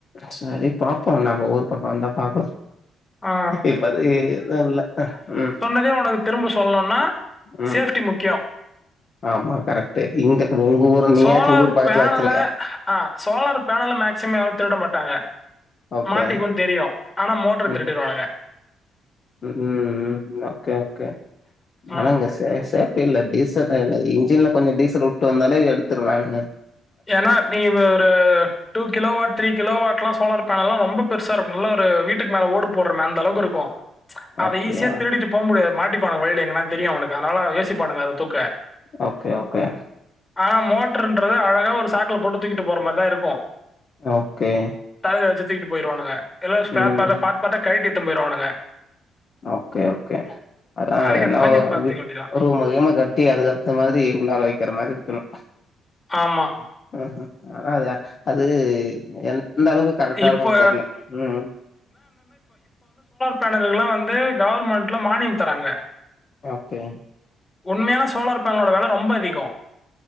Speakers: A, on the left; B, on the left.
A: செரி பாப்போ நம்ப ஊர் பக்கோ வந்தா பாப்போ
B: ஆ.
A: இப்ப அதுக்கு எது இல்ல அ ம்
B: இதே ஒனக்கு திரும்ப சொல்ணுனா
A: ம்.
B: சேஃப்டி முக்கியோ
A: ஆமா கரெக்ட்டு இங்க ஒங்க ஊர் நீயாச்சும்
B: சோலார்
A: ஊர் பக்கத்துல
B: பேனல
A: வச்சிருக்க.
B: ஆ சோலார் பேனல மேக்சிமம் யாரு திருட மாட்டாங்க
A: ஓகே.
B: மாட்டிக்குன் தெரியு ஆனா மோட்ர திருடிருவானுங்க
A: ம். ம் ம் ஓகே ஓகே
B: ம்.
A: ஆனா ஒங்க சே சே அப்டில்ல டீசல் லைன்ல இன்ஜின்ல கொஞ்சோ டீசல் வுட்டு வந்தாலே எடுத்திறானுங்க
B: ஏனா நீ ஒரு two kilo watt three kilo வாட்ல்லா சோலார் பேனல்லா ரொம்ப பெருசாருக்கு நல்லா ஒரு வீட்டுக்கு மேல ஓடு போடுறமே அந்த அளவுக்கு இருக்கு அத
A: அப்டியா?
B: ஈஸியா திருடிட்டு போமுடியாது மாட்டிக்வானுங்க வழில எங்கான்னா தெரியு அவனுக்கு அனால யோசிப்பானுங்க அத தூக்க
A: ஓகே ஓகே
B: ஆனா மோட்ருன்றது அழகா ஒரு சாக்ல போட்டு தூக்கிட்டு போற மாரிதா இருக்கு
A: ஓகே
B: தலைல வச்சு தூக்கிட்டு போய்ருவானுங்க இல்ல ஸ்பேர்
A: ம்.
B: ஸ்பேரா பார்ட் பார்ட்டா கழ்ட்டி எத்துன் போயிர்வானுங்க
A: ஓகே ஓகே அதா
B: அதுக்கேத்த
A: என்னவோ
B: மாரி நீ பார்த்துக்க வேண்டியது தான்.
A: ஒருமயிமா கழ் ட்டி அதுக்கேத்த மாரி உள்ளார வைக்கிற மாரி இருக்கணு
B: ஆமா
A: ம் ஆனா அ அது என் எந்தளவுக்கு கரெக்டாருக்குன்
B: இப்போ
A: தெர்ல ம்
B: பேனல்களுக்லா வந்து கவர்மெண்ட்ல மானியம் தராங்க
A: ஓகே
B: உண்மையான சோலார் பேனலோட வெல ரொம்ப அதிகோ